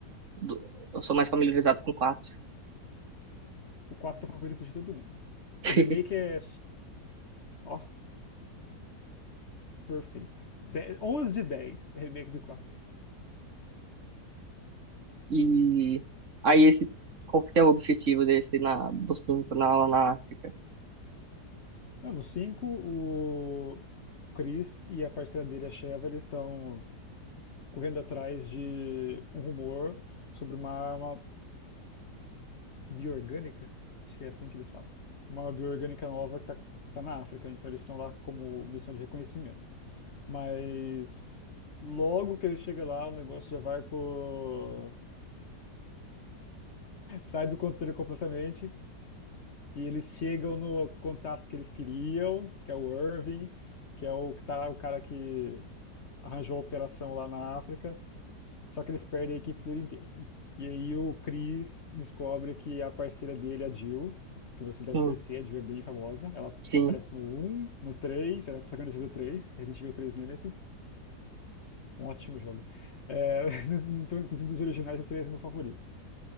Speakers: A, on the right; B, on the left.
A: do- Eu sou mais familiarizado com quatro.
B: O 4 é o favorito de todo mundo.
A: <laughs>
B: O remake é, ó, perfeito. Dez- 11 de 10 o remake do quatro.
A: E aí esse. Qual que é o objetivo desse na, do cinco na, lá na África?
B: Não, no 5 o Chris e a parceira dele, a Sheva, eles estão correndo atrás de um rumor sobre uma arma bioorgânica. Acho que é assim que eles falam. Uma arma bioorgânica nova que tá, que tá na África. Então eles estão lá como missão de reconhecimento. Mas logo que ele chega lá, o negócio já vai pro. Sai do controle completamente e eles chegam no contato que eles queriam, que é o Irving, que é o que tá, o cara que arranjou a operação lá na África, só que eles perdem a equipe dele inteira. E aí o Chris descobre que a parceira dele, a Jill, que você deve
A: Hum,
B: conhecer, a Jill é bem famosa, ela
A: sim.
B: aparece no um no três ela é protagonista do 3, Resident Evil 3 Nemesis, um ótimo jogo. É, <laughs> então, inclusive dos originais, o 3 é meu favorito.